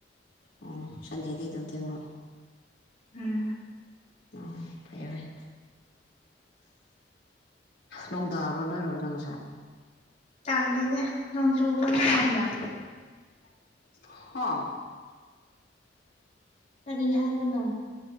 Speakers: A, on the left (about 90°); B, on the left (about 40°).
A: ꯑꯣ ꯁꯟꯗꯦꯗꯤ ꯑꯗꯨꯝ ꯊꯦꯡꯉꯣ
B: ꯎꯝ
A: ꯑꯣ ꯐꯌꯦꯦ ꯐꯥꯏ ꯅꯣꯡ ꯇꯥꯕ꯭ꯔꯣ ꯅꯣꯏꯔꯣꯝꯗꯪꯉꯁꯦ
B: ꯆꯥꯗꯦꯗ ꯅꯣꯡ ꯆꯨꯕꯅꯉꯗꯥ
A: ꯍ
B: ꯀꯔꯤ ꯍꯥꯏꯕꯅꯣ